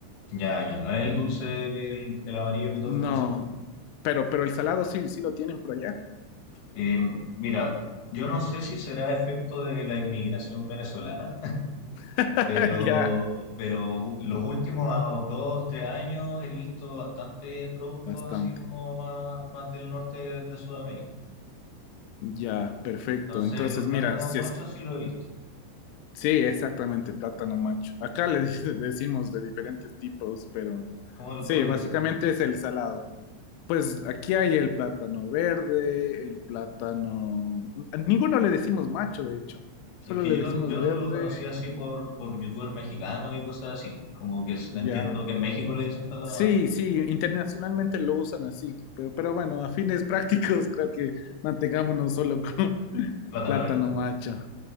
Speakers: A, on the left (about 65°); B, on the left (about 90°).
A: Ya, ya, no es el dulce, que el, el amarillo que todos
B: No,
A: conocemos.
B: pero, pero el salado sí, sí lo tienen por allá.
A: Eh, mira, yo no sé si será efecto de la inmigración venezolana,
B: <laughs>
A: Pero,
B: Ya,
A: pero los últimos dos, tres años he visto bastantes productos
B: bastante.
A: así como más, más del norte de Sudamérica.
B: Ya, perfecto.
A: Entonces,
B: Entonces,
A: los plátanos
B: mira, si
A: machos
B: es,
A: sí lo he visto.
B: sí, exactamente, plátano macho. Acá le <laughs> dice- decimos de diferentes tipos, pero
A: ¿Cómo,
B: sí,
A: cómo le
B: básicamente
A: dicen?
B: es el salado. Pues aquí hay el plátano verde, el plátano... A ninguno le decimos macho, de hecho. Solo
A: Es que
B: le
A: yo
B: decimos
A: lo, yo
B: verde,
A: lo conocí así por, por youtuber mexicano y cosas así. Como que es-
B: ya.
A: entiendo que en México le dicen plátano
B: Sí,
A: macho,
B: sí, internacionalmente lo usan así, pero, pero bueno, a fines <laughs> prácticos creo que mantengámonos solo con <laughs>
A: plátano
B: plátano
A: verde.
B: macho.